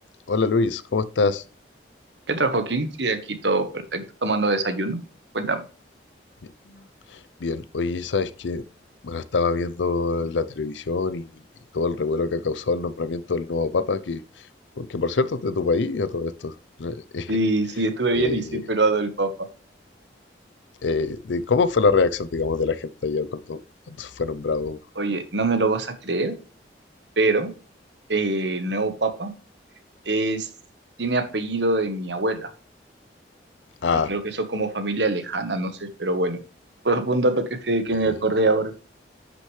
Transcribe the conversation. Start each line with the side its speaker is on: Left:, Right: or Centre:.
Left: Hola Luis, ¿cómo estás?
Right: ¿Qué tal, Joaquín? Sí, aquí todo perfecto, tomando desayuno. Cuéntame.
Left: Bi- Bien, oye, sabes que, bueno, estaba viendo la televisión y, y todo el revuelo que ha causado el nombramiento del nuevo Papa, que, porque por cierto es de tu país a todo esto. <laughs>
Right: Sí, sí, estuve bien
Left: Eh,
Right: y sí, pero
Left: eh,
Right: el Papa.
Left: eh, de- ¿cómo fue la reacción, digamos, de la gente allá cuando, cuando fue nombrado?
Right: Oye, no me lo vas a creer, pero eh, el nuevo papa es, tiene apellido de mi abuela
Left: Ah,
Right: y creo que son como familia lejana, no sé, pero bueno. Pues fue un dato que, sé que
Left: mira,
Right: me acordé ahora.